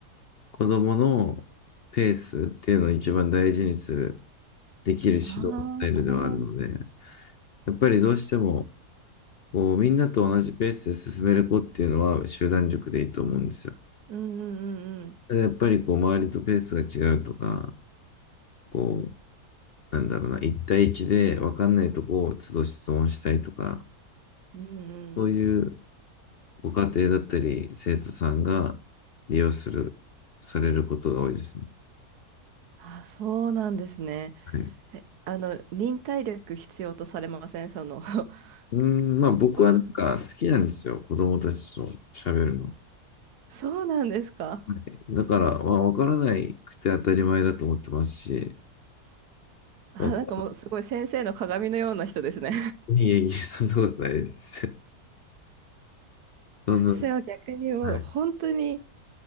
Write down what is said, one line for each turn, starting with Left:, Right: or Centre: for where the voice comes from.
Left: 子供のペースっていうのを一番大事にする、できる指導スタイルではあるので、
Right: ああ。
Left: やっぱりどうしても、こう、みんなと同じペースで進める子っていうのは集団塾でいいと思うんですよ。
Right: うんうんうん
Left: ただやっぱりこう、周りとペースが違うとか、こう、なんだろうな、一対一で分かんないとこを都度質問したいとか、
Right: うん。うんうん。
Left: そういうご家庭だったり、生徒さんが利用する、されることが多いですね。
Right: あ、そうなんですね。
Left: はい。
Right: え、あの、忍耐力必要とされませんその <laughs>
Left: うーん、まあ僕はなんか好きなんですよ。
Right: お
Left: 子供たちと喋るの。
Right: そうなんですか
Left: はいだから、まあ、分からないくて当たり前だと思ってますし、
Right: あ、
Left: わ
Right: なんかもうすごい先生の鏡のような人ですね
Left: いえいえ、そんなことないです。<laughs>
Right: <laughs>
Left: そんな、
Right: 私は逆にもう本当に、
Left: はい、